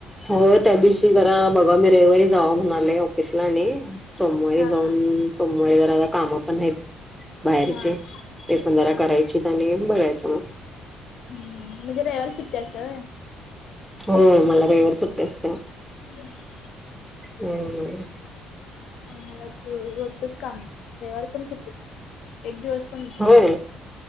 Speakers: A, in the centre; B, on the left (about 70°).
A: हो, त्या दिवशी जरा, बघा मी रविवारी जावाव म्हणले ऑफिसला आणि सोमवारी
B: हा
A: जाऊन,
B: हा
A: सोमवारी जरा काम पण आहीत. बाहेरचे,
B: हा
A: ते पन जरा
B: हा
A: करायचे
B: हा
A: आणि बघायचं मग.
B: हम्म, म्हणजे रविवारी सुट्टी असतीया होय?
A: हो मला रविवारी सुट्टी असतीया वो.
B: हम्
A: हम्म.
B: आम्हाला रोजच काम, रविवारी पण सुट्टी एक दिवस पण नाही.
A: हो,